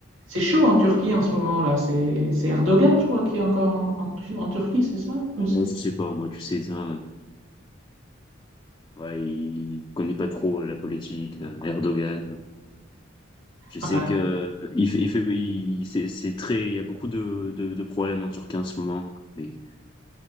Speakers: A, on the right (about 85°); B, on the left (about 20°).
A: C'est chaud en Turquie en ce moment là. C'est c'est Erdogan, je crois, qui est encore en, en Tu- en Turquie, c'est ça?
B: Ah,
A: Ou c'est...
B: moi, je sais pas, moi, tu sais ça. euh, Ouais, il connaît pas trop euh, la politique, euh, Erdogan. Je sais
A: Enfin,
B: que euh, il fait, il fait, il- c'est c'est très, il y a beaucoup de, de de problèmes en Turquie en ce moment, mais